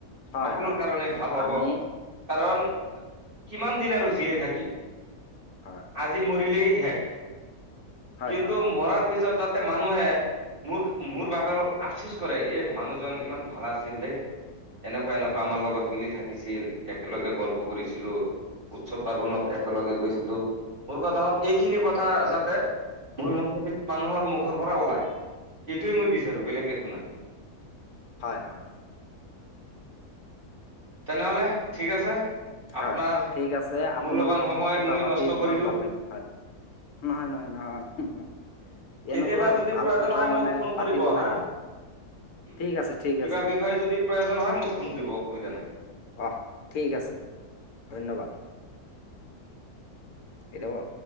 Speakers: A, on the left (about 60°); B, on the right (about 35°).
A: হয়
B: সকলোৰ
A: হয়
B: কাৰণে ভাল হব
A: আমি
B: কাৰণ কিমান দিন আৰু জীয়াই থাকিম,
A: হয়
B: আজি মৰিলেই শেষ।
A: হয়
B: কিন্তু
A: হয় হয় হয়
B: মৰাৰ পিছত যাতে মানুহে মোৰ মোৰ বাবে অলপ আফচোচ কৰে এ মানুহজন ইমান ভাল আছিল দেই এনেকুৱা এনেকুৱা
A: হয়
B: আমাৰ লগত মিলি থাকিছিল একেলগে গল্প কৰিছিলো উৎসৱ। পাৰ্বনত একেলগে গৈছিলো মোৰ কথা হ'ল এইখিনি কথা
A: হয়
B: যাতে মই ম মানুহৰ মুখৰ পৰা ওলাই, এইটোৱে মই বিচাৰো বেলেগ একো নাই।
A: হয় হয়।
B: তেনেহ'লে ঠিক আছে আপোনাৰ
A: হয় ঠিক আছে
B: মূল্যবান
A: আপোনাৰ লগত
B: সময়
A: কথা
B: মই
A: পাতি
B: নষ্ট কৰিলো।
A: বৰ ভাল লাগে হয়। নহয়, নহয়, নহয়। এনেকুৱা
B: কেতিয়াবা যদি
A: ভাল
B: প্ৰয়োজন
A: কথা
B: হয়
A: মানে
B: মোক ফোন
A: পাতিব
B: কৰিব
A: লাগে।
B: হা। কিবা
A: ঠিক আছে, ঠিক আছে।
B: বিষয় যদি প্ৰয়োজন হয় মোক ফোন দিব অসুবিধা নাই।
A: আহ ঠিক আছে ধন্যবাদ। কেতিয়াবা